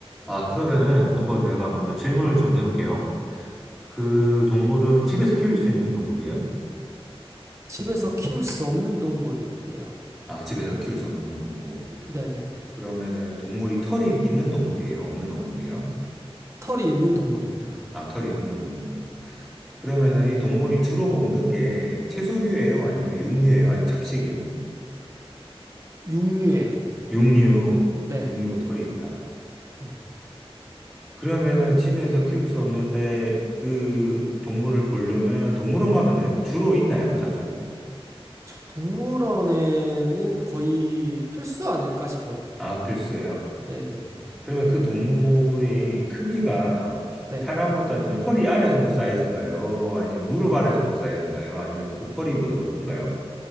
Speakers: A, in the centre; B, on the right.
A: 아, 그러면은 한번 내가 먼저 질문을 좀 해볼게요. 그 동물은 집에서 키울 수 있는 동물이에요?
B: 집에서 키울 수 없는 동물이에요.
A: 아, 집에서는 키울 수 없는 동물이고.
B: 네네.
A: 그러면은 동물이 털이 있는 동물이에요? 없는 동물이에요?
B: 털이 있는 동물입니다.
A: 아, 털이 있는 동물이고. 그러면은 이 동물이 주로 먹는 게 채소류예요? 아니면 육류예요? 아니면 잡식이에요?
B: 육류예요.
A: 육류.
B: 네.
A: 육류고 털이 있다.
B: 네.
A: 그러면은 집에서 키울 수 없는데 그 동물을 보려면 동물원 가면은 주로 있나요? 자주?
B: 동물원에는 거의 필수 아닐까 싶어요.
A: 아, 필수예요.
B: 네네.
A: 오케이. 그러면 그 동물의 크기가
B: 네. 네.
A: 사람으로 따지면 허리 아래 정도 사이즈인가요? 아니면 무릎 아래 정도 사이즈인가요? 아니면 그 허리보다 더 큰가요?